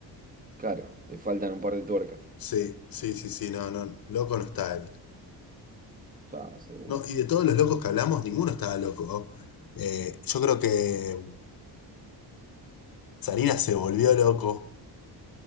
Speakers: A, on the right; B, on the left.
A: Claro, le faltan un par de tuercas.
B: Sí, sí, sí, sí, no, no, loco no está él.
A: Ya, seguro.
B: No, y de todos los locos que hablamos, ninguno estaba loco. Eh, yo creo que Sarina se volvió loco.